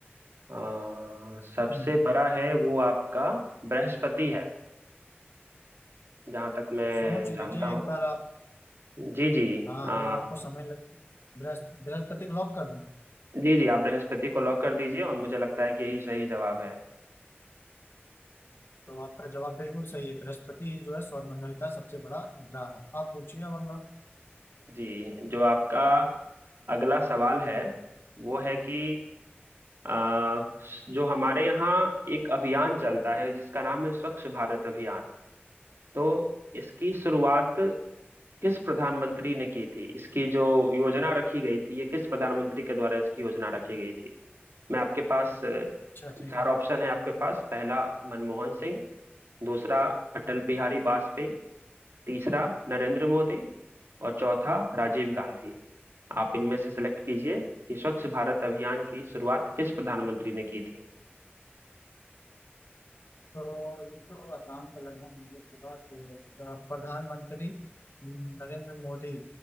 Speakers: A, on the right; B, on the left.
A: अ, सबसे
B: हम्म
A: बड़ा है वो आपका बृहस्पति है जहां तक मैं
B: सोच
A: जानता
B: लीजिए एक
A: हूँ
B: बार आप
A: जी जी
B: हाँ
A: आ,
B: अगर जो आपको समय लग बृहस्प- बृहस्पति को लॉक कर दूं
A: जी जी आप बृहस्पति को लॉक कर दीजिए और मुझे लगता है कि यही सही जवाब है
B: तो आपका जवाब बिल्कुल सही है बृहस्पति ही जो है सौरमंडल का सबसे बड़ा ग्रह है आप पूछिए अब अगला
A: जी जो आपका अगला सवाल है वो है कि आ, जो हमारे यहाँ एक अभियान चलता है जिसका नाम है स्वच्छ भारत अभियान तो इसकी शुरुआत किस प्रधानमंत्री ने की थी इसकी जो योजना रखी गई थी ये किस प्रधानमंत्री के द्वारा इसकी योजना रखी गई थी मैं आपके पास अ,
B: अच्छा ठीक
A: चार
B: है
A: ऑप्शन है आपके पास पहला मनमोहन सिंह दूसरा अटल बिहारी वाजपेयी तीसरा नरेंद्र मोदी और चौथा राजीव गांधी आप इनमें से सिलेक्ट कीजिए कि स्वच्छ भारत अभियान की शुरुआत किस प्रधानमंत्री ने की थी
B: तो ये तो आसान का लग रहा है मुझे पूरा तो अ, प्रधानमंत्री नरेंद्र मोदी